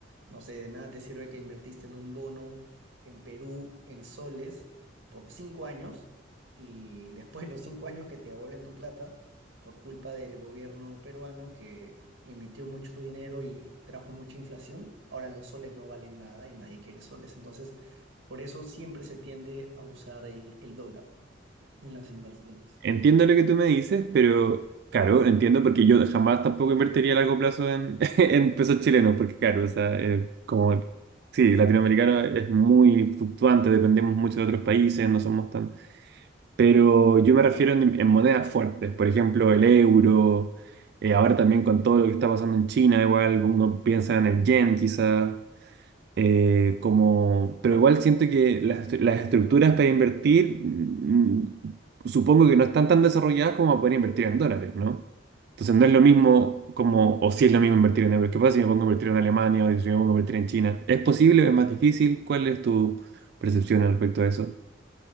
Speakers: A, on the right; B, on the right.
A: no sé, de nada te sirve que invertiste en un bono en Perú en soles por cinco años y después de los cinco años que te devuelven tu plata por culpa del gobierno peruano que emitió mucho dinero y trajo mucha inflación, ahora los soles no valen nada y nadie quiere soles. Entonces, por eso siempre se tiende a usar el, el dólar en las inversiones.
B: Entiendo lo que tú me dices, pero claro, entiendo porque yo jamás tampoco invertiría a largo plazo en, <laughs> en pesos chilenos, porque claro, o sea, eh, como, sí, latinoamericano es muy fluctuante, dependemos mucho de otros países, no somos tan... Pero yo me refiero en, en monedas fuertes, por ejemplo, el euro, eh, ahora también con todo lo que está pasando en China, igual uno piensa en el yen quizás, eh, como, pero igual siento que las, estru- las estructuras para invertir, mm, mm, supongo que no están tan desarrolladas como para poder invertir en dólares, ¿no? Entonces no es lo mismo como, o si es lo mismo invertir en euros. ¿Qué pasa si me pongo a invertir en Alemania o si me pongo a invertir en China? ¿Es posible? ¿Es más difícil? ¿Cuál es tu percepción al respecto de eso?